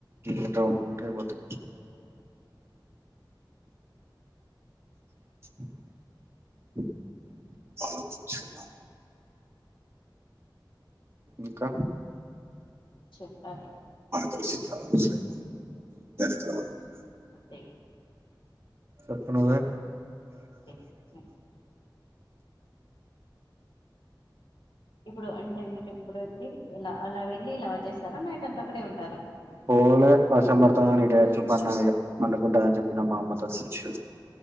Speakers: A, on the right (about 30°); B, on the left (about 85°).
A: ఇన్వర్టర్ కొన్నుక్కుంటే అయిపోతది <unintelligible> కుచ్చున్నా ఇంకా
B: చెప్పాలి
A: కలిసి చాలా రోజులైంది <unintelligible>
B: అంతె
A: చెప్పు నువ్వే
B: అంతే ఇప్పుడు అంటే మీరిప్పుడు వెళ్ళి ఇలా అలా వెళ్ళి ఇలా వచ్చేస్తారా నైట్ అంతక్కడే ఉంటారా
A: పోలే వర్షం పడతదని ఇటే అచ్చి పన్నం ఇగ, పండుకుంటడని చెప్పిన మా అమ్మతోని